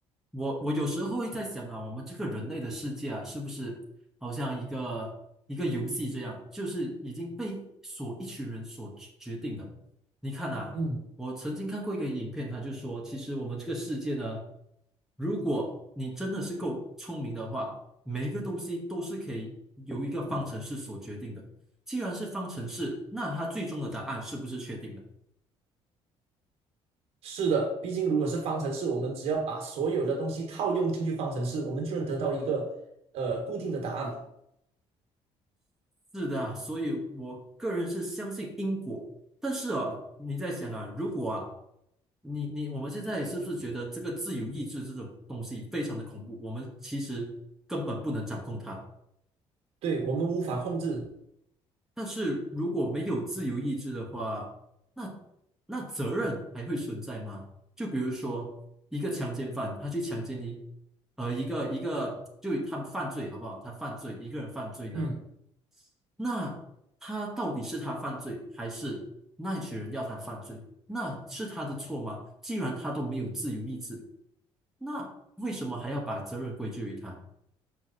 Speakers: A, in the centre; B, on the right.
A: 我我有时候会在想啊，我们这个人类的世界啊，是不是好像一个一个游戏这样，就是已经被所一群人所决决定的。你看啊，
B: 嗯，
A: 我曾经看过一个影片，他就说，其实我们这个世界呢，如果你真的是够聪明的话，每一个东西都是可以由一个方程式所决定的。既然是方程式，那它最终的答案是不是确定的？
B: 是的，毕竟如果是方程式，我们只要把所有的东西套用进去方程式，我们就能得到一个呃固定的答案嘛。
A: 是的啊所以我个人是相信因果，但是啊，你在想啊，如果啊，你你我们现在是不是觉得这个自由意志这种东西非常的恐怖？我们其实根本不能掌控它。
B: 对，我们无法控制。
A: 但是如果没有自由意志的话，那那责任还会存在吗？就比如说一个强奸犯，他去强奸你，呃，一个一个就他犯罪好不好？他犯罪，一个人犯罪呢？
B: 嗯。
A: 那他到底是他犯罪，还是那一群人要他犯罪？那是他的错吗？既然他都没有自由意志，那为什么还要把责任归咎于他？